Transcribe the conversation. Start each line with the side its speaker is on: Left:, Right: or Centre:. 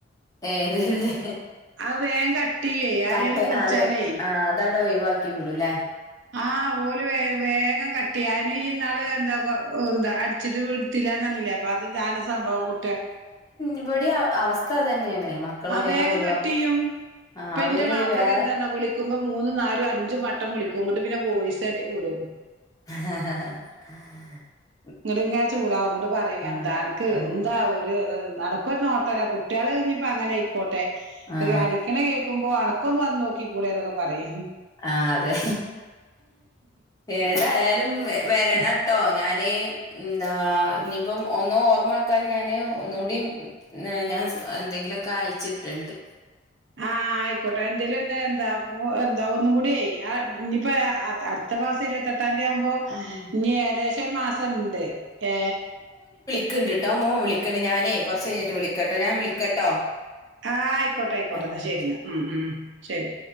Left: ഏതല്ലെ
Right: അത് വേഗം കട്ട് ചെയ്യേ ആരേലും
Left: കട്ട്
Right: വിളിച്ചാലേ
Left: അതെ ആ അതാണ്ട് ഒഴിവാക്കി വിടുല്ലേ
Right: ആ ഓല് വേഗം കട്ട് ചെയ്യും ആയെന്നെ ഈ നാള് എന്താ എന്താ അടിച്ചിട്ട് വി റ്റില്ല പറന്നില്ലേ അപ്പൊ അത് ഇതാണ് സംഭവം കുട്ടിയ
Left: ഇവിടിം അവസ്ഥ അതന്നെയാണ് മക്കള്
Right: അ
Left: വേം
Right: വേഗം
Left: ഒഴിവാക്കും
Right: കട്ട ചെയ്യും
Left: ആഹ്
Right: ഇപ്പ
Left: അവര്
Right: എന്റെ മാപ്പിളക്കെ
Left: വേറെ
Right: എന്താന്നാ വിളിക്കുമ്പോ മൂന്നും നാലും അഞ്ചും വട്ടം വിളിക്കും ഇങ്ങോട്ട് പിന്നെ വോയിസ്‌ ക്കി വിടും
Left: ഹ ഹ ഹ
Right: ഇങ്ങോട്ട ഇങ്ങെ ചൂടാവും ഇട്ട് പറയും
Left: അതെ
Right: അനക്
Left: ആഹ്
Right: എന്താ ഒരു അനക്കൊരു നോട്ടല്ല കുട്ടികൾഇ ന്നിപ്പഅങ്ങന ക്കോട്ടെഈ
Left: ആഹ്
Right: അടിക്കിനെ കേൾക്കുമ്പോ അടക്കൊന്ന് വന്ന് നോക്കി കൂടെതൊക്കെ പറയും
Left: ആ അതെ ഏതായാലും വരണംട്ടോ
Right: ആഹ്
Left: ഞാന് എന്താ ഇന്നി പ്പം ഒന്ന് ഓർമ്മക്കാൻ ഞാന് ഒന്നൂടി ഞാൻ എന്തെങ്കിലുമൊക്കെ അയച്ചിട്ടണ്ട്
Right: ആ ആയിക്കോട്ടെ എന്തേലുംന്ന് എന്താ എന്താ ഒന്നും കൂടിഅ ഇനിയിപ്പോ അടുത്ത മാസം ഇരുവാതിയേട്ട ത്തിയതിയാവുമ്പോ
Left: ആഹ്.
Right: ഇനി ഏകദേശം ഒരു മാസംണ്ട് ഏ
Left: ക്ക് ണ്ട് ട്ടെ മോൻ വിളിക്കണ്ട് ഞാനേ കുറച്ച് കഴിഞ്ഞട്ട് വിളിട്ടോ ഞാൻ വിളിക്കട്ടോ
Right: ആ ആയിക്കോട്ടെ ആയിക്കോട്ടെ
Left: ആഹ്.
Right: എന്നാ ശരി എന്നാ ഉ ഉ ശരി